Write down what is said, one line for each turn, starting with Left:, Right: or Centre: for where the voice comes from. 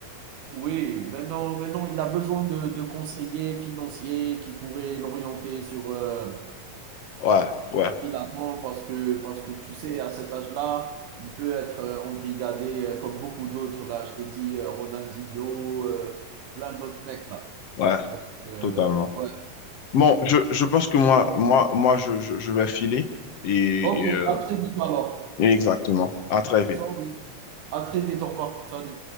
Right: oui, maintenant maintenant il a besoin de de conseillers financiers qui pourraient l'orienter sur, heu
Left: Ouais, ouais,
Right: qu'il attend parce que, parce que tu sais, à cet âge-là, il peut être euh, embrigadé euh, comme beaucoup d'autres. Là, je t'ai dit euh, Ronaldinho, euh, plein d'autres mecs là.
Left: ouais,
Right: Donc, euh,
Left: totalement.
Right: ouais.
Left: Bon, je, je pense que moi,
Right: Bon,
Left: moi, moi, je, je, je vais filer et,
Right: Ok,
Left: et, euh,
Right: à très vite alors.
Left: exactement. À très vite.
Right: Salut. À très vite, au revoir. Salut.